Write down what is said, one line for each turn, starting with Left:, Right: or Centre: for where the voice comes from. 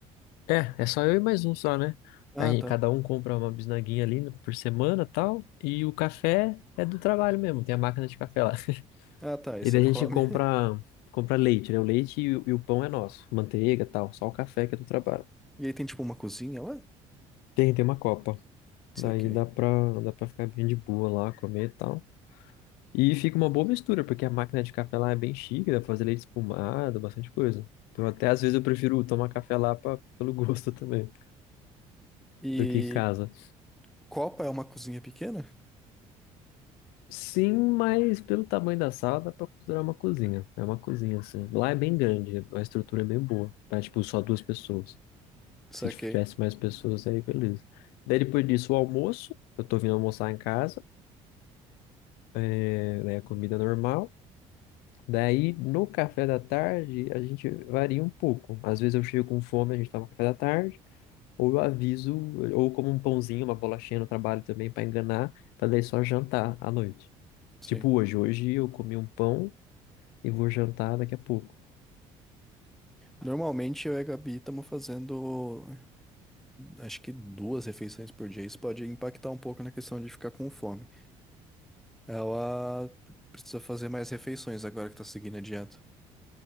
Left: é, é só eu e mais um só, né?
Centre: Ah,
Left: A gente,
Centre: tá.
Left: cada um compra uma bisnaguinha ali no- por semana, tal, e o café é do trabalho mesmo, tem a máquina de café lá. <laughs>
Centre: Ah, tá. Aí
Left: E
Centre: você
Left: daí
Centre: come.
Left: a gente compra
Centre: <laughs>
Left: compra leite, né? O leite e, o e o pão é nosso, manteiga, tal, só o café que é do trabalho.
Centre: E aí tem tipo uma cozinha lá?
Left: Tem tem uma copa.
Centre: Saquei.
Left: Daí dá pra dá para ficar bem de boa lá, comer e tal. E fica uma boa mistura, porque a máquina de café lá é bem chique, dá pra fazer leite espumado, bastante coisa. Então até às vezes eu prefiro tomar café lá pra, pelo <laughs> gosto também,
Centre: E
Left: do que em casa.
Centre: Copa é uma cozinha pequena?
Left: Sim, mas pelo tamanho da sala dá pra considerar uma cozinha. É uma cozinha, assim. Lá é bem grande, a estrutura é bem boa. Pra, tipo, só duas pessoas.
Centre: Saquei.
Left: Se tivesse mais pessoas, aí beleza. Daí depois disso, o almoço. Eu tô vindo almoçar em casa. É, né, comida normal. Daí, no café da tarde, a gente varia um pouco. Às vezes eu chego com fome, a gente toma café da tarde. Ou eu aviso, ou como um pãozinho, uma bolachinha no trabalho também pra enganar, pra daí só jantar à noite.
Centre: Sim.
Left: Tipo hoje, hoje eu comi um pão e vou jantar daqui a pouco.
Centre: Normalmente eu e a Gabi estamos fazendo, acho que duas refeições por dia. Isso pode impactar um pouco na questão de ficar com fome. Ela precisa fazer mais refeições agora que tá seguindo a dieta.